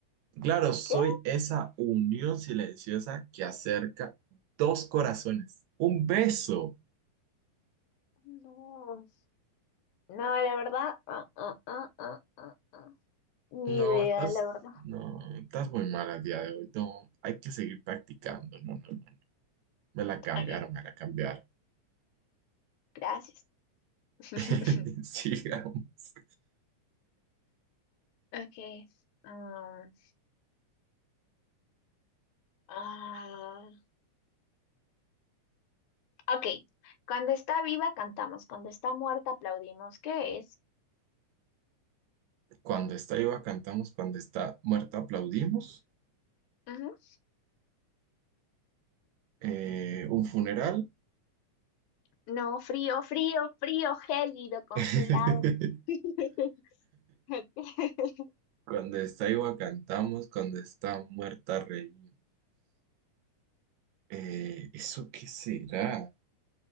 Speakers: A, on the right (about 75°); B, on the left (about 75°).
A: Claro, soy
B: ¿Qué?
A: esa unión silenciosa que acerca dos corazones. Un beso.
B: No, no, la verdad, ah, ah, ah, ah, ah, ah. Ni
A: No,
B: idea,
A: estás,
B: la verdad.
A: no, estás muy mala el día de hoy. No, hay que seguir practicando. No, no, no. Me la cambiaron,
B: Ok,
A: me la cambiaron.
B: gracias. <laughs>
A: <laughs> Sigamos.
B: Ok. um, ah, ok, cuando está viva cantamos, cuando está muerta aplaudimos. ¿Qué es?
A: Cuando está viva cantamos, cuando está muerta aplaudimos.
B: Ujú.
A: Eh, un funeral.
B: No, frío, frío, frío, gélido, congelado.
A: <laughs>
B: <laughs> Ok.
A: Cuando está viva cantamos, cuando está muerta reímos. Eh, ¿eso qué será?